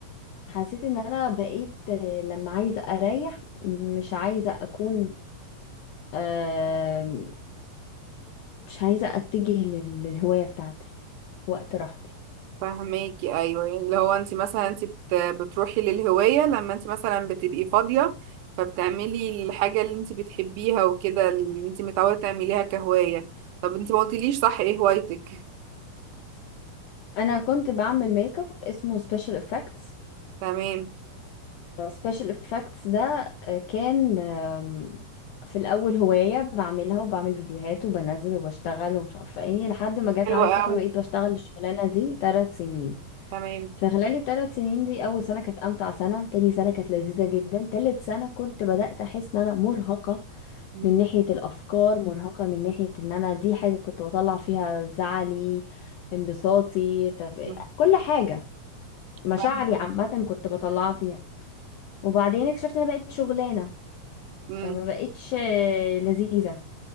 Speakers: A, on the left; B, on the right.
A: حسيت ان انا بقيت آه، لما عايزه اريح مش عايزه اكون آه، مش عايزه اتجه لل- للهوايه بتاعتي في وقت راحتي
B: فهماكي ايوه يعني اللي هو انت مثلا انت بت- بتروحي للهوايه لما انت مثلا بتبقي فاضيه فبتعملي الحاجه اللي انت بتحبيها وكده اللي انت متعوده تعمليها كهوايه طب انت ما قلتليش صح ايه هوايتك
A: انا كنت بعمل ميك اب اسمه سبيشال افكتس
B: تمام
A: سبيشال افكتس ده آه، كان آم، في الاول هوايه بعملها وبعمل فيديوهات وبنزل وبشتغل ومش عارفه ايه لحد ما جت
B: حلوه
A: عليا فتره
B: قوي
A: بقيت بشتغل الشغلانه دي ثلاث سنين
B: تمام
A: فخلال الثلاث سنين دي اول سنه كانت امتع سنه تاني سنه كانت لذيذه جدا تالت سنه كنت بدات احس ان انا مرهقه
B: مم.
A: من ناحية الأفكار مرهقة من ناحية إن أنا دي حاجة كنت بطلع فيها زعلي انبساطي تف...
B: مم.
A: كل حاجة مشاعري
B: فاهمك
A: عامة كنت بطلعها فيها وبعدين اكتشفت إن أنا بقيت شغلانة
B: امم
A: فما بقتش آه، لذيذة